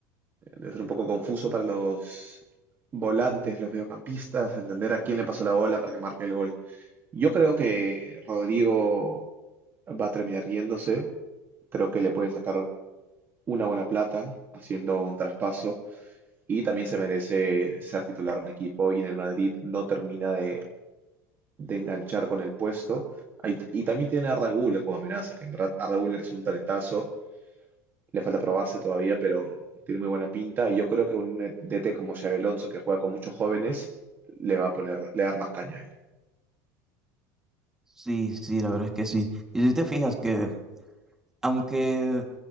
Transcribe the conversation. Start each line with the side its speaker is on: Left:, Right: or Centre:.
Right: debe ser un poco confuso para los volantes, los mediocampistas, entender a quién le pasó la bola para que marque el gol. Yo creo que Rodrigo va a terminar yéndose, creo que le pueden sacar una buena plata haciendo un traspaso y también se merece ser titular en un equipo y en el Madrid no termina de de enganchar con el puesto. Ahí- y también tiene a Raguler como amenaza, que en verdad Arda Güler es un talentazo, le falta probarse todavía, pero tiene muy buena pinta. Y yo creo que un DT como Xabi Alonso, que juega con muchos jóvenes, le va a poner, le va a dar más caña a él.
Centre: Sí, sí, la verdad es que sí. Y si te fijas que aunque